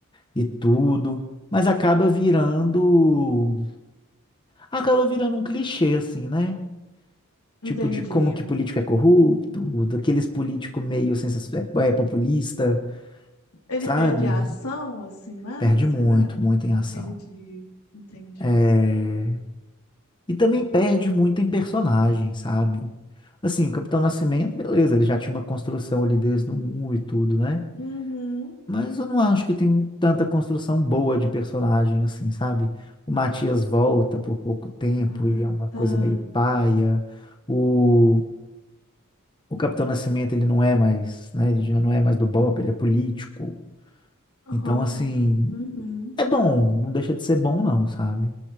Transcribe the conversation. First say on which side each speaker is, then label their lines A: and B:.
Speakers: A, on the left (about 20°); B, on the left (about 85°).
A: e tudo. Mas acaba virando. Acaba virando um clichê, assim, né?
B: entendi.
A: Tipo, de como que político é corrupto, daqueles político meio sensa- é, é populista,
B: Ele
A: sabe?
B: perde a ação, assim, mais?
A: Perde muito,
B: Será?
A: muito em ação.
B: Entendi, entendi.
A: É, E também perde muito em personagem, sabe? Assim, o Capitão Nascimento, beleza, ele já tinha uma construção ali desde o um e tudo, né?
B: Uhum.
A: Mas eu não acho que tem tanta construção boa de personagem assim, sabe? O Matias volta por pouco tempo
B: Ah,
A: e é uma coisa
B: tá.
A: meio paia. O, o Capitão Nascimento, ele não é mais, né? Ele já não é mais do BOPE, ele é político.
B: Aham.
A: Então, assim,
B: Uhum.
A: é bom, não deixa de ser bom, não, sabe?